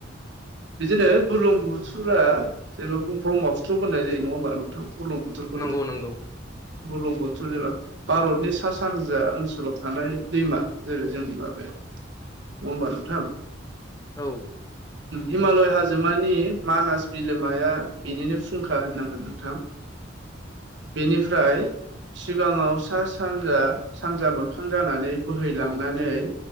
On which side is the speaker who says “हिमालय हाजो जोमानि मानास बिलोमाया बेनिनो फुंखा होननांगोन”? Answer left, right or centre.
Right